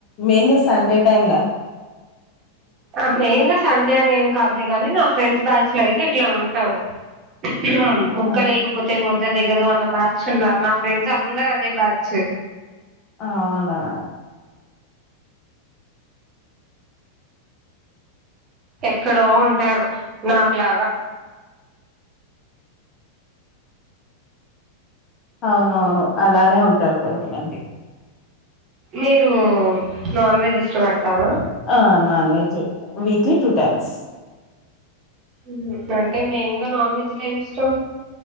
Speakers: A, on the left; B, on the right.
A: మెయిన్గా సండే టైమ్ల.
B: ఆ మెయిన్ గా సండే అని ఏం కాదులే గానీ, నా ఫ్రెండ్స్ బ్యాచ్ లో అయితే ఇట్లా ఉంటారు. హా ముక్క
A: ఆ!
B: లేకపోతే ముద్ అ దిగదు అన్న బ్యాచ్ ఉన్నారు నా ఫ్రెండ్స్ అందరు అదే బ్యాచ్.
A: అవునా
B: ఎక్కడో ఉంటారు నాకులాగా.
A: అవునవును అలానే ఉంటారు కొంతమంది.
B: మీరు నాన్ వెజ్ ఇష్టపడతార?
A: ఆ non veg, weekly two times.
B: మ్ హు అంటే మెయిన్ గా నాన్ వెజ్ లో ఏమిష్టం?